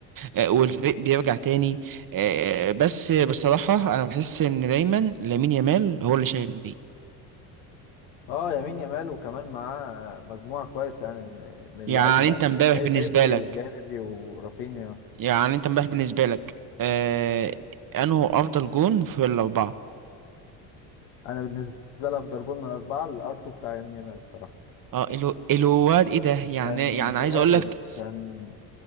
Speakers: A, on the right; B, on the left.
A: آه، والفريق بيرجع تاني آه، بس بصراحه انا بحس ان دايما لامين يامال هو اللي شايل الفريق
B: اه يمين يامال وكمان معاه مجموعة كويسة يعني من من اللعيبة
A: يعني انت
B: يعني
A: امبارح
B: زي
A: بالنسبه
B: بدري
A: لك
B: وجافي ورافينيا
A: يعني انت امبارح بالنسبة لك آه انه افضل جون في الاربعة
B: أنا بالنسبة لي أفضل جول من الأربعة الأرتو بتاع يمين يامال الصراحة
A: اه الو الواد ايه ده يعني
B: كان
A: يعني
B: جامد
A: عايز اقول لك
B: كان